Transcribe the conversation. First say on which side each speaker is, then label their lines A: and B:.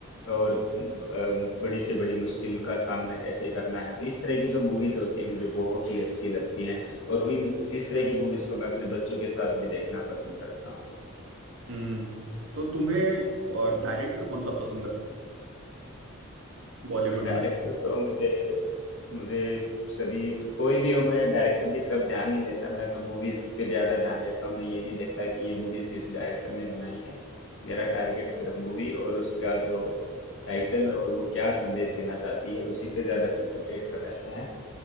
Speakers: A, on the left (about 60°); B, on the right (about 65°).
A: और अम, बड़ी से बड़ी मुश्किल का सामना कैसे करना है तो इस तरह की जो मूवीज होती है मुझे बहुत ही अच्छी लगती हैं और इन इस तरह की मूवीज को मैं अपने बच्चों के साथ भी देखना पसंद करता हूँ
B: हम्म तो तुम्हें डायरेक्टर कौन सा पसंद है बॉलीवुड
A: डायरेक्टर
B: में
A: तो मुझे मुझे सभी कोई भी हो मैं डायरेक्टर की तरफ ध्यान नहीं देता मैं तो मूवीज पे ज्यादा ध्यान देता हूँ मैं ये नहीं देखता कि ये मूवीज किस डायरेक्टर ने बनाई है मेरा टारगेट सिर्फ मूवी और उसका जो टाइटल और वो क्या संदेश देना चाहती है उसी पे ज्यादा कंसंट्रेट कर रहता है